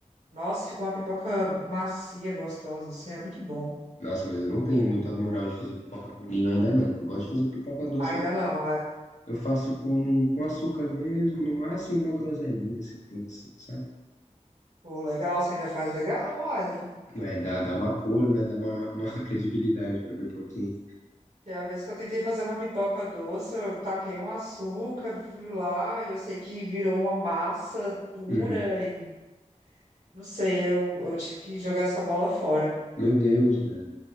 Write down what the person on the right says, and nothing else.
Nossa, fica uma pipoca macia, gostosa, assim, é muito bom.
Ainda
não,
Pô, legal, você ainda faz legal, uai.
Que é a vez que eu tentei fazer uma pipoca doce, eu taquei um açúcar, fui lá e eu sei que virou uma massa dura
e não sei, eu, eu tive que jogar essa bola fora.